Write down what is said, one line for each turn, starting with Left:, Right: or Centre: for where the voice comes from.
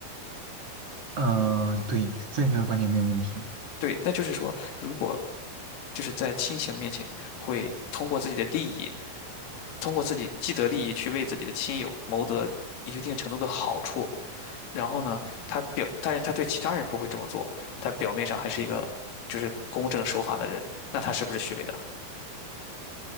Right: 呃，对，这个观点没有问题。
Left: 对，那就是说，如果就是在亲情面前，会通过自己的利益，通过自己既得利益去为自己的亲友谋得一定程度的好处，然后呢，他表，但是他对其他人不会这么做，他表面上还是一个就是公正守法的人，那他是不是虚伪的？